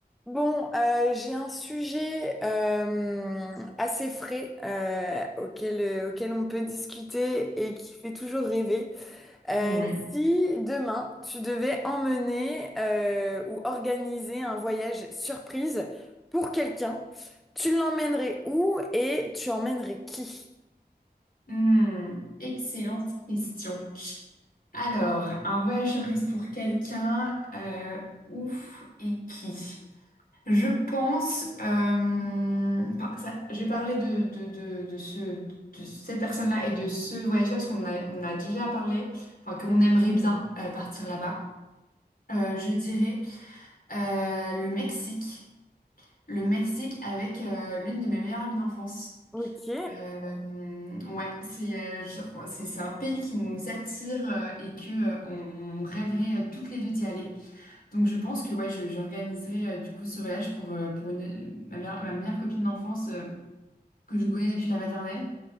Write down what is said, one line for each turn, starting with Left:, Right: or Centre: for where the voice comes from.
Centre: Bon, euh, j'ai un sujet euh, assez frais euh, auquel, euh, auquel on peut discuter et qui fait toujours rêver. Euh,
Left: Ouais.
Centre: si demain tu devais emmener euh, ou organiser un voyage surprise pour quelqu'un, tu l'emmènerais où et tu emmènerais qui?
Left: Hmm, excellente question. Alors, un voyageur risque pour quelqu'un, euh, ouf et qui? Je pense, euh, enfin, ça, je vais parler de, de, de, de ce, de cette personne-là et de ce voyage-là parce qu'on a, on a déjà parlé, enfin, qu'on aimerait bien euh, partir là-bas. Euh, je dirais euh, le Mexique. Le Mexique avec euh, l'une de mes meilleures amies d'enfance.
Centre: Ok.
Left: Euh, ouais, c'est euh, je- ouais, c'est c'est un pays qui nous attire euh, et que euh, on, on rêverait euh, toutes les deux d'y aller. Donc je pense que ouais, je- j'organiserai euh, du coup ce voyage pour euh, pour une ma meilleure, ma meilleure copine d'enfance euh, que je connais depuis la maternelle